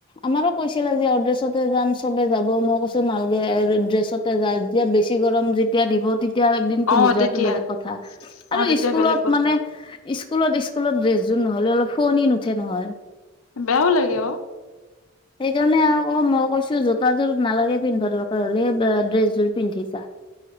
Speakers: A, on the left; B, on the left.
A: আমাৰো কৈছিলে আজি অড্ৰেছতে যাম চবে যাব, মই কৈছো নালাগে ড্ৰেছতে যা যে বেছি গৰম যেতিয়া দিব তে এতিয়াও এদিন পিন্ধি
B: অ
A: যোৱাাতটো
B: তেতিয়া
A: বেলেগ কথা, আৰু
B: অ তেতিয়া
A: স্কুলত
B: বেলেগ কথা
A: মানে স্কুলত স্কুলত ড্ৰেছ যোন নহলে অলপ শুৱোনি নুঠে নহয়।
B: বেয়াও লাগে অ
A: সেইকাৰণে আকৌ মই কৈছো জোতাযোৰ নালাগে পিন্ধিবা দৰকাৰ হ'লে ড্ৰেছযোৰ পিন্ধি জা।